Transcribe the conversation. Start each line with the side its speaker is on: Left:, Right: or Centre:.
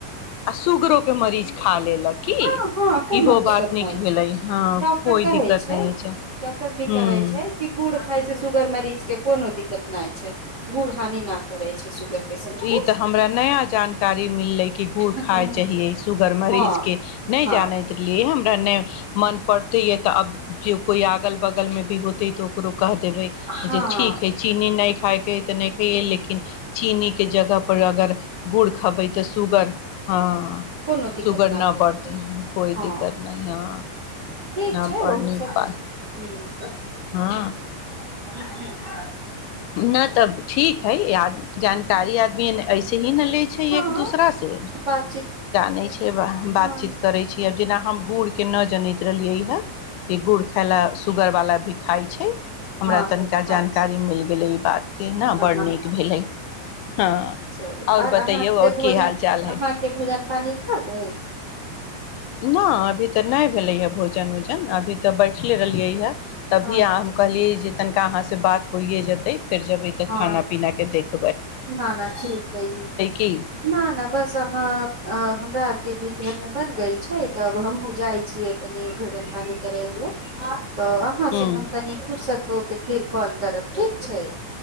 Left: आ सुगरो के मरीज खा लेलक
Right: हँ
Left: की
Right: हँ कोनो
Left: इहो
Right: दिक्कत
Left: बात नीक
Right: नहि
Left: भेलै
Right: छै।
Left: हँ
Right: डॉक्टर
Left: कोइ
Right: कहै
Left: दिक्कत
Right: छै।
Left: नहि
Right: डॉक्टर भी
Left: हूँ
Right: कहै छै, कि गुड़ खाइ छै। सुगर मरीज के कोनो दिक्कत नहि छै। हानि न करै छै सुगर पेशेंट
Left: ई
Right: के
Left: तऽ हमरा नया जानकारी मिलले गुड़
Right: हँ
Left: खाय चाहिए सुगर मरीज
Right: हँ
Left: के नहि
Right: हँ
Left: जानैत रहियै हमरा नहि मन पड़ते है, तऽ अब ज कोइ अगल बगलमे भी होत है त करो कह देबे
Right: हँ
Left: जे ठीक है, चीनी न खायके इतने कह य लेकिन चीनी के जगह पर पर अगर गुड़ खेबै तऽ सुगर हँ
Right: कोनो दिक्कत
Left: सुगर
Right: न करतै
Left: बढ़तै कोइ
Right: हँ,
Left: दिक्कत नहि हँ
Right: ठीक
Left: न
Right: छै।
Left: बड़
Right: ओह
Left: नीक
Right: सब
Left: बात
Right: ह
Left: हँ
Right: जती
Left: नऽ, तब ठीक छै। ई जानकारी आदमी एहनहि
Right: हँ
Left: एक-दोसरासँ
Right: बातचीत
Left: लै छै। से बातचीत
Right: हँ
Left: करै छी आब जेना हम गुड़ के नहि जनैत रहलियै हँ कि गुड़ खाय लए सुूगर वाला भी खाइ छै हमरा
Right: हँ नहि
Left: तनिका
Right: खाइ
Left: जानकारी
Right: छै
Left: मिलत ई बात के ने
Right: हँ
Left: बड़
Right: हँ हँ
Left: नीक भेलै हँ
Right: चलू आओर
Left: बतैयौ
Right: अहाँके
Left: आओर
Right: भोजन
Left: की हाल चाल
Right: अहाँके
Left: हइ
Right: भोजन पानी भ गेल गेल
Left: नहि अभी तऽ नहि भेलैए भोजन उजन अभी तऽ बैठले रहलियै हए तभी
Right: अच्छा
Left: अहाँ हम कहलियै जे तनिका अहाँसँ बात होइए जेतै फेर जबै तऽ
Right: हँ
Left: खाना पीना के देख
Right: न न ठीक हैइ
Left: की
Right: न न बस अहाँ हमरा आरके भी घर मे बन गेल छै तब हमहुँ जाइ छियै तनी भोजन पानी करै ल तऽ अहाँसँ
Left: ह
Right: हम कनि फुुरसत होके फेर कॉल करब ठीक छै